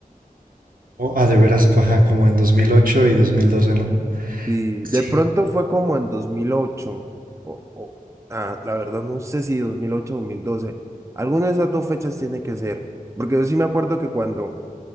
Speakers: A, on the right; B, on the right.
A: Oh, ah, de veras, ajá, como en 2008 y dos mil doce ¿no?
B: Sí,
A: Sí.
B: de pronto fue como en 2008 o, o- ah, la verdad no sé si 2008 o dos mil doce alguna de esas dos fechas tiene que ser, porque yo sí me acuerdo que cuando,